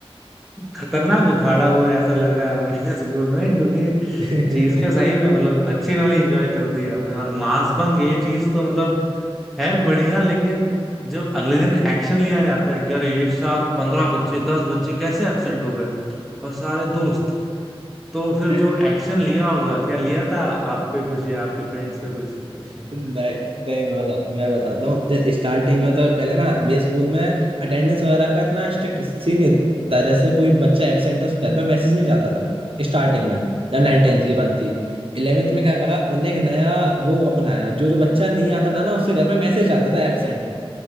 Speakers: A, in the centre; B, on the right.
A: खतरनाक उखाड़ा हुआ है ऐसा लग रहा है हमें <laughs> स्कूल में क्योंकि
B: हैं
A: चीजें सही में मतलब अच्छी वाली एंजॉय कर दी आपने और मास बंग ये चीज तो मतलब है बढ़िया लेकिन जो अगले दिन एक्शन लिया जाता है कि अरे एक साथ पंद्रह बच्चे दस बच्चे कैसे एब्सेंट हो गए और सारे दोस्त तो फिर
B: <laughs>
A: जो एक्शन लिया होगा क्या लिया था आप पे कुछ या आपके फ्रेंड्स पे कुछ एक्शन
B: नहीं नहीं मैं बता मैं बताता हूँ स्टार्टिंग में तो पहले ना मेरे स्कूल में अटेंडेंस वगैरह का इतना स्ट्रिक्ट सीन नहीं था जैसे कोई बच्चा एबसेंट है उसके घर पे मैसेज नहीं जाता था स्टार्टिंग में जब नाइन टेंथ की बात थी इलेवेंथ में क्या करा उनने एक नया वो अपनाया जो जो बच्चा नहीं आता था ना उसके घर पे मैसेज आता था एबसेंट